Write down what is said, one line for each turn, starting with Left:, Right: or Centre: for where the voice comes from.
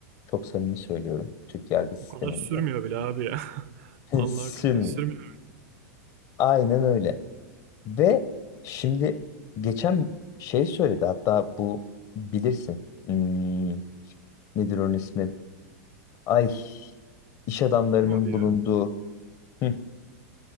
Left: Çok samimi söylüyorum Türk yargı sisteminde.
Right: O kadar sürmüyor bile abi ya. <laughs>
Left: <laughs>
Right: Vallahi
Left: Sürmüyor.
Right: o kadar sürmüyor
Left: Aynen öyle. Ve şimdi geçen şey söyledi hatta bu bilirsin. Hmm, nedir onun ismi? Ay iş adamlarının
Right: değil mi abi
Left: bulunduğu
Right: ya?
Left: Hı